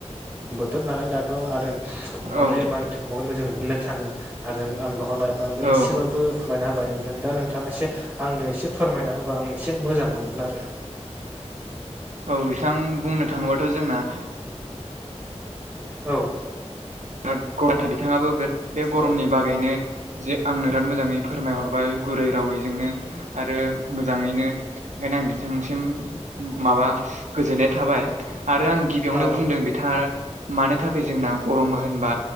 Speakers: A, on the right; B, on the right.
A: बोथोर नालाय दाथ आरो आंखौ
B: औ
A: माने मा दंफांनिफ्राय जों मोननो थाङो आरो जों आं दंफां लाइफांफ्राय
B: औ
A: एसेबाबो फोरमायना होबाय नोंथां दा नोंथाङा एसे आंनो एसे फोरमायना होबा आं एसे मोजां मोनगोन आरो
B: औ बिथां बुंनो थाङोबाथ जोंना
A: औ
B: बिराद गरम नाथाय बिथाङाबो बे गरमनि
A: औ
B: बागै नो जे आंनो बिराद मोजाङै फोरमायहरबाय गुरै रावैजोंनो आरो मो जाङैनो ओंखायनो आं बिथांसिम माबा गोजोननाय थाबाय आरो आं गिबियावनो
A: औ
B: बुंदों बिथाङा मानो थाखाय जोंना गरमो होनबा